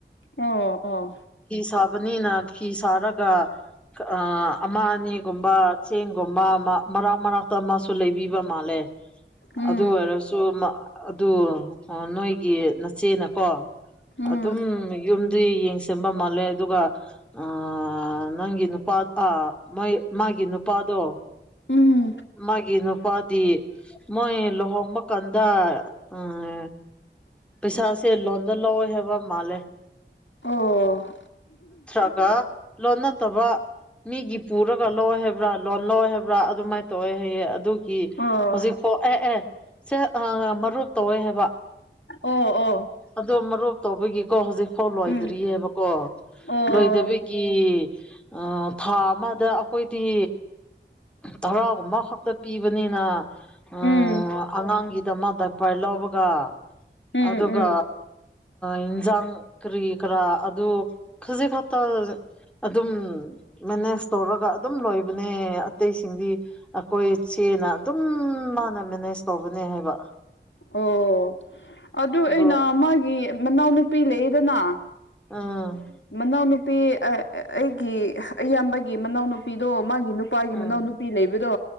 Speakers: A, on the left (about 75°); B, in the centre.
A: ꯑꯣ ꯑꯣ
B: ꯐꯤ ꯁꯥꯥꯕꯅꯤꯅ ꯐꯤꯁꯔꯒ ꯑ ꯑꯃ ꯑꯅꯤꯒꯨꯝꯕ ꯆꯦꯡꯒꯨꯝꯕ ꯃꯔꯥꯛ ꯃꯔꯥꯛꯇ ꯑꯃꯁꯨ ꯂꯩꯕꯤꯕ ꯃꯥꯜꯂꯦ
A: ꯎꯝ
B: ꯑꯗꯨ ꯑꯣꯏꯔꯁꯨ ꯑꯗꯨ ꯅꯣꯏꯒꯤ ꯅꯆꯦꯅꯀꯣ
A: ꯎꯝ
B: ꯑꯗꯨꯝ ꯌꯨꯝꯗꯤ ꯌꯦꯡ ꯁꯤꯟꯕ ꯃꯥꯜꯂꯦ ꯑꯗꯨꯒ ꯑꯥ ꯑꯥ ꯅꯪꯒꯤ ꯅꯨꯄꯥ ꯑꯥ ꯃꯥꯏ ꯃꯥꯒꯤ ꯅꯨꯄꯥꯗꯣ
A: ꯎꯝ
B: ꯃꯥꯒꯤ ꯅꯨꯄꯥꯗꯤ ꯃꯣꯏ ꯂꯨꯍꯣꯡꯕ ꯀꯟꯗ ꯎꯃ ꯄꯩꯁꯥꯁꯦ ꯂꯣꯟꯗ ꯂꯧꯑꯦ ꯍꯥꯕ ꯃꯥꯂꯦ
A: ꯑꯣ
B: <unintelligible> ꯂꯣꯟ ꯅꯠꯇꯕ ꯃꯤꯒꯤ ꯄꯨꯔꯒ ꯂꯧꯋꯦ ꯍꯥꯏꯕ꯭ꯔꯥ ꯂꯣꯟ ꯂꯧꯋꯦ ꯍꯥꯏꯕ꯭ꯔꯥ ꯑꯗꯨꯃꯥꯏꯅ ꯇꯧꯋꯦ ꯍꯥꯏꯌꯦ ꯑꯗꯨꯒꯤ
A: ꯑꯣ
B: ꯍꯧꯖꯤꯛꯐꯥꯎ ꯑꯦ ꯑꯦ ꯁꯦ ꯃꯔꯨꯞ ꯇꯧꯋꯦ ꯍꯥꯏꯕ
A: ꯑꯣ ꯑꯣ
B: ꯑꯗꯣ ꯃꯔꯨꯞ ꯇꯧꯕꯒꯤꯀꯣ ꯍꯧꯖꯤꯛꯐꯥꯎ ꯂꯣꯏꯗ꯭ꯔꯤꯑꯕꯀꯣ
A: ꯎꯝ ꯑꯣ
B: ꯂꯣꯏꯗꯕꯤꯒꯤ ꯀꯤ ꯑꯥꯥ ꯊꯥ ꯑꯃꯗ ꯑꯩꯈꯣꯏꯗꯤ ꯊꯔꯥꯒꯨꯝꯕ ꯈꯛꯇ ꯄꯤꯕꯅꯤꯅ <unintelligible>
A: ꯎꯝ
B: ꯑꯉꯥꯡꯒꯤꯗꯃꯛ ꯗꯄꯥꯔ ꯂꯧꯕꯒ
A: ꯎꯝ
B: ꯑꯗꯨꯒ
A: ꯎꯝ
B: ꯌꯦꯟꯁꯥꯡ ꯀꯔꯤ ꯀꯔꯥ ꯑꯗꯨ ꯈꯖꯤꯛ ꯈꯛꯇ ꯑꯗꯨꯝ ꯃꯦꯅꯦꯖ ꯇꯧꯔꯒ ꯑꯗꯨꯝ ꯂꯣꯏꯕꯅꯦ ꯑꯇꯩꯁꯤꯡꯗꯤ ꯑꯩꯈꯣꯏ ꯆꯦꯅ ꯑꯗꯨꯝ ꯃꯥꯅ ꯃꯦꯅꯦꯖ ꯇꯧꯕꯅꯦ ꯍꯥꯏꯕ
A: ꯑꯣ ꯑꯗꯨ
B: ꯑꯗꯣ
A: ꯑꯩꯅ ꯃꯥꯒꯤ ꯃꯅꯥꯎꯅꯨꯄꯤ ꯂꯩꯌꯦꯗꯅ
B: ꯎꯝ
A: ꯃꯅꯥꯎꯅꯨꯄꯤ ꯑ ꯑꯩꯒꯤ ꯑꯌꯥꯝꯕꯒꯤ ꯃꯅꯥꯎꯅꯨꯄꯤꯗꯣ ꯃꯥꯒꯤ ꯅꯨ ꯅꯨꯄꯥꯒꯤ
B: ꯎꯝ
A: ꯃꯅꯥꯎ ꯅꯨꯄꯤ ꯂꯩꯕꯗꯣ